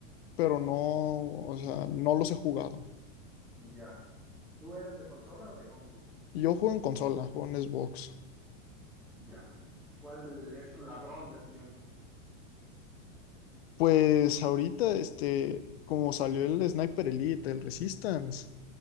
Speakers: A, on the left; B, in the centre.
A: pero no, o sea, no los he jugado.
B: Ya. ¿Tú eres de consola o de compu?
A: Yo juego en consola, juego en Xbox.
B: Ya. ¿Cuál es tu ladrón de tiempo?
A: Pues ahorita, este, como salió el Sniper Elite, el Resistance,